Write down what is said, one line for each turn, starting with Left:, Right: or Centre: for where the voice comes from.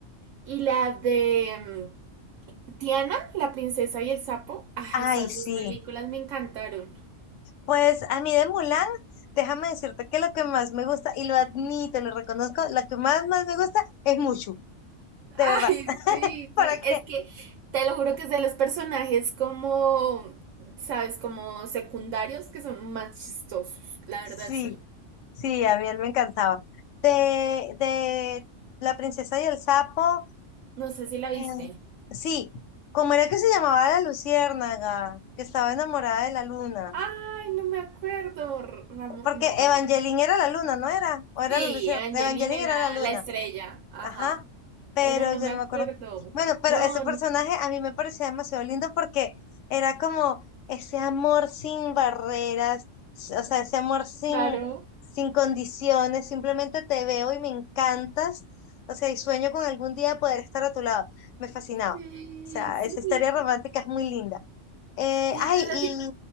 Right: y la de mm, Tiana, la princesa y el sapo. Ah,
Left: Ay,
Right: esas
Left: sí.
Right: dos películas me encantaron.
Left: Pues a mí de Mulan, déjame decirte que lo que más me gusta, y lo admito, lo reconozco, lo que más, más me gusta es Mushu. de
Right: Ay,
Left: verdad, <laughs>
Right: sí,
Left: para
Right: sí,
Left: que
Right: es que te lo juro que es de los personajes como, sabes, como secundarios que son más chistosos, la
Left: sí,
Right: verdad sí.
Left: sí, a mí él me encantaba. De, de La princesa y el sapo,
Right: No sé si la
Left: eh,
Right: viste.
Left: sí, ¿cómo era que se llamaba la luciérnaga? Que estaba enamorada de la luna.
Right: Ay, no me acuerdo, R- Ramón,
Left: Porque
Right: no,
Left: Evangeline
Right: no.
Left: era la luna, ¿no era? ¿O era
Right: Sí,
Left: la luciérnaga?
Right: Angelina
Left: Evangeline
Right: era
Left: era la luna.
Right: la estrella, ajá,
Left: Ajá. pero
Right: pero no
Left: ya
Right: me
Left: no
Right: acuerdo.
Left: me acuerdo. Bueno,
Right: No,
Left: pero ese personaje
Right: no,
Left: a mí me parecía demasiado lindo porque era como ese amor sin barreras, s- o sea, ese amor sin,
Right: claro.
Left: sin condiciones, simplemente te veo y me encantas, o sea, y sueño con algún día poder estar a tu lado. Me fascinaba.
Right: Sí,
Left: O sea,
Right: sí.
Left: esa historia romántica es muy linda. Eh,
Right: Oye,
Left: ay,
Right: entonces
Left: y...
Right: a ti,